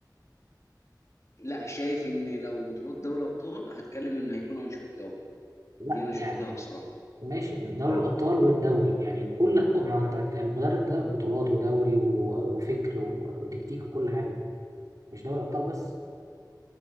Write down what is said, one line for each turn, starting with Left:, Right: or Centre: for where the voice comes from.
Left: لا شايف ان لو بطولات دوري ابطال هتكلم ان هيكون انشيلوتي افضل
Right: لا
Left: دي انا شفتها
Right: يعني
Left: بصراحه
Right: ماشي من دوري
Left: اه
Right: الأبطال والدوري يعني كل ما أنت المدرب ده بطولات ودوري و- وفكر و- وتكتيك وكل حاجة مش دوري أبطال بس